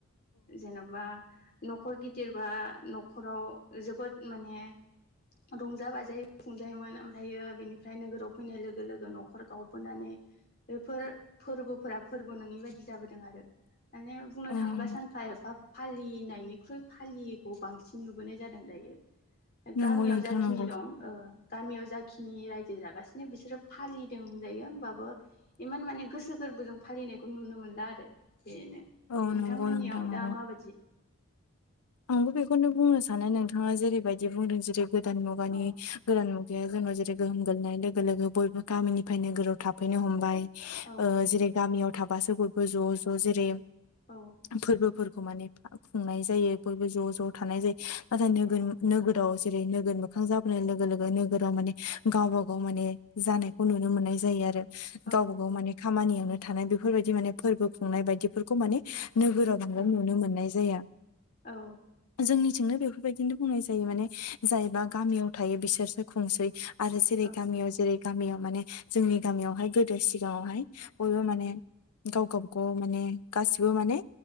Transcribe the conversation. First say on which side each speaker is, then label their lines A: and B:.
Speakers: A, on the left; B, on the left.
A: जेन'बा था न'खर गिदिरबा न'खराव जोबोद माने रंजा बाजायै खुंजायोमोन ओमफायो बिनिफ्राय नोगोराव फैनाय लोगो लोगो न'खर गावबोनानै बेफोर फोरबोफोरा फोरबो नङि बायदि जाबोदों दों आरो माने बुंनो
B: ओम
A: थाङोब्ला सानफा एफा फालिनायनिख्रुइ फालियैखौ बांसिन नुबोनाय जादों दायो। ओ गामियाव
B: नंगौ नोंथां
A: जाखिनि
B: नंगौ
A: दं ओ गामियाव जाखिनि रायजो जागासिनो बिसोरो फालिदों होनजायो होमबाबो इमान माने गोसो गो बोजों फालिनायखौ नुनो मोनला आरो। बेनो नोंथांमोननियाव
B: औ नंगौ नोंथां नंगौ
A: दा माबायदि?
B: आंबो बेखौनो बुंनो सानो नोंथाङा जेरैबायदि बुंदों जेरै गोदान मुगानि
A: औ
B: गोदान मु गाया जोंनाव जेरै गोहोम गोग्लैनाय लोगो लोगो बयबो गामिनिफ्राय नोगोराव थाफैनो हमबाय।
A: औ
B: ओ जेरै गामियाव थाबासो बयबो ज' ज' जेरै
A: औ
B: फोरबो फोरखौ माने खुंनाय जायो बयबो ज' ज' थानाय जायो नाथाय नोगोर
A: औ
B: नोगोराव जेरै नोगोर मोखां जाबोनाय लोगो लोगो नोगोराव माने गावबा गाव माने जानायखौ नुनो मोननाय जायो आरो।
A: औ
B: गावबा गाव माने खामानियावनो थानाय बेफोरबायदि माने फोरबो खुंनाय बायदिफोरखौ माने नोगोराव बांद्राय
A: औ
B: नुनो मोननाय जाया।
A: औ।
B: जोंनिथिंनो बेफोरबायदिनो बुंनाय जायो माने जायबा
A: औ
B: गामियाव थायो बिसोरसो खुंसै। आरो जेरै
A: औ
B: गामियाव जेरै गामियाव माने जोंनि गामियावहाय गोदो सिगाङावहाय बयबो माने गाव गावबा गाव माने गासिबो माने